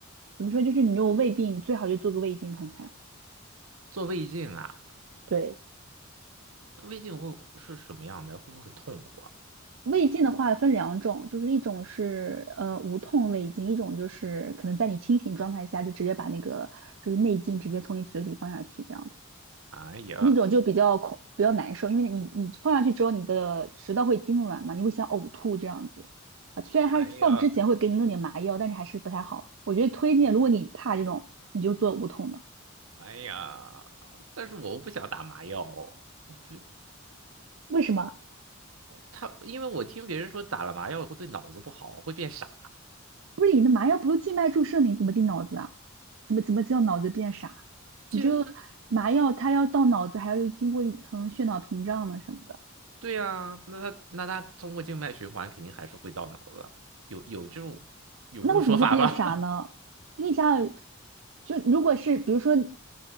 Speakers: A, on the right; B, on the right.
A: 怎么说？就是你有胃病，最好就做个胃镜看看。
B: 做胃镜啊，
A: 对，
B: 胃镜会是什么样的？会不会很痛苦啊？
A: 胃镜的话分两种，就是一种是呃无痛胃镜，一种就是可能在你清醒状态下就直接把那个就是内镜直接从你嘴里放下去这样子。
B: 哎呀，
A: 那种就比较恐，比较难受，因为你你放下去之后，你的食道会痉挛嘛，你会想呕吐这样子啊。虽然它放之前会给你弄点麻药，
B: 哎呀。
A: 但是还是不太好。我觉得推荐，如果你怕这种，你就做无痛的。
B: 哎呀，但是我又不想打麻药，我觉得
A: 为什么？
B: 他，因为我听别人说打了麻药会对脑子不好，会变傻。
A: 不是你的麻药不是静脉注射，你怎么进脑子啊？怎么怎么叫脑子变傻？
B: 静，
A: 你这个麻药它要到脑子，还要经过一层血脑屏障呢什么的。
B: 对呀，那他那他通过静脉循环肯定还是会到脑子，有有这种有这种说法吧？
A: 那为什么会变傻呢？你想想，就如果是比如说，比